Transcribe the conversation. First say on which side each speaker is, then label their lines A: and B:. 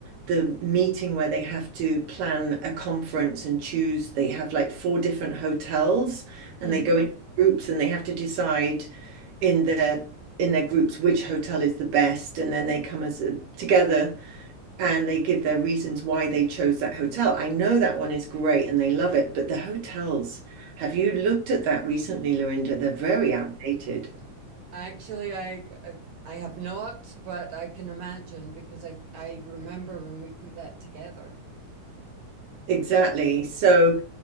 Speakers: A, on the right (about 75°); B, on the right (about 60°).
A: the meeting where they have to plan a conference and choose. They have like four different hotels and
B: hmm
A: they go in groups and they have to decide in their in their groups which hotel is the best and then they come as a, together and they give their reasons why they chose that hotel i know that one is great and they love it but the hotels have you looked at that recently lorinda they're very outdated
B: Actually, I, I I have not, but I can imagine because I I remember when we put that together.
A: exactly so